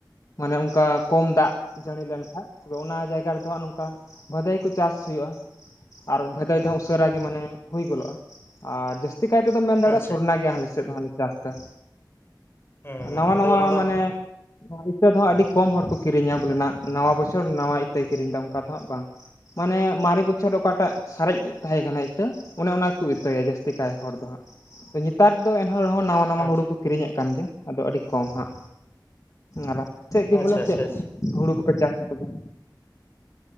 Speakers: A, on the left; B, on the left.
A: ᱢᱟᱱᱮ ᱚᱱᱠᱟ ᱠᱚᱢ ᱫᱟᱜ ᱡᱟᱹᱲᱤ ᱞᱮᱱᱠᱷᱟᱡ ᱛᱚᱵᱮ ᱚᱱᱟ ᱡᱟᱭᱜᱟ ᱨᱮᱫᱚ ᱦᱟᱸᱜ ᱱᱚᱝᱠᱟ ᱵᱷᱟᱫᱟᱹᱭ ᱠᱚ ᱪᱟᱥ ᱦᱩᱭᱩᱜᱼᱟ ᱟᱨ ᱵᱷᱟᱫᱟᱹᱭ ᱫᱚ ᱦᱟᱜ ᱩᱥᱟᱹᱨᱟ ᱜᱮ ᱢᱟᱱᱮ ᱦᱩᱭ ᱜᱚᱫᱚᱜᱼᱟ ᱟᱨ ᱡᱟᱹᱥᱛᱤ ᱠᱟᱭ ᱛᱮᱫᱚᱢ ᱢᱮᱱ ᱫᱟᱲᱮᱭᱟᱜᱼᱟ
B: ᱟᱪᱪᱷᱟ
A: ᱥᱚᱨᱱᱟ ᱜᱮ ᱟᱞᱮ ᱥᱮᱫ ᱦᱚᱸᱞᱮ ᱪᱟᱥ ᱮᱫᱟ
B: ᱦᱩᱸ ᱦᱩᱸ
A: ᱱᱟᱣᱟ
B: ᱟᱫᱚ
A: ᱱᱟᱣᱟ
B: ᱚᱱᱟ ᱫᱚ
A: ᱢᱟᱱᱮ ᱤᱛᱟᱹ ᱫᱚ ᱦᱟᱜ ᱟᱹᱰᱤ ᱠᱚᱢ ᱦᱚᱲ ᱠᱚ ᱠᱤᱨᱤᱧᱟ ᱵᱚᱞᱮ ᱱᱟᱣᱟ ᱵᱚᱪᱷᱚᱨ ᱱᱟᱣᱟ ᱤᱛᱟᱹᱭ ᱠᱤᱨᱤᱧ ᱮᱫᱟ ᱚᱱᱠᱟ ᱫᱚ ᱦᱟᱸᱜ ᱵᱟᱝ ᱢᱟᱱᱮ ᱢᱟᱨᱮ ᱵᱚᱪᱷᱚᱨ ᱚᱠᱟᱴᱟᱜ ᱥᱟᱨᱮᱡ ᱛᱟᱦᱮᱸ ᱠᱟᱱᱟ ᱤᱛᱟᱹ ᱚᱱᱮ ᱚᱱᱟ ᱠᱚ ᱤᱛᱟᱹᱭᱟ ᱡᱟᱹᱥᱛᱤ ᱠᱟᱭ ᱦᱚᱲ ᱫᱚ ᱦᱟᱜ ᱟᱫᱚ ᱱᱮᱛᱟᱨ ᱮᱱᱦᱚᱸ ᱨᱮᱦᱚᱸ ᱱᱟᱣᱟ ᱱᱟᱣᱟ
B: ᱟᱪᱪᱷᱟ
A: ᱦᱩᱲᱩ ᱠᱚ ᱠᱤᱨᱤᱧ ᱮᱫ ᱠᱟᱱ ᱜᱮᱭᱟ ᱟᱫᱚ ᱟᱹᱰᱤ ᱠᱚᱢ ᱦᱟᱸᱜ ᱟᱯᱮᱥᱮᱫ ᱜᱮ
B: ᱟᱪᱪᱷᱟ
A: ᱵᱚᱞᱮ
B: ᱟᱪᱪᱷᱟ
A: ᱪᱮᱫ
B: ᱟᱪᱪᱷᱟ
A: ᱦᱩᱲᱩ ᱠᱚᱯᱮ ᱪᱟᱥᱟ ᱛᱚᱵᱮ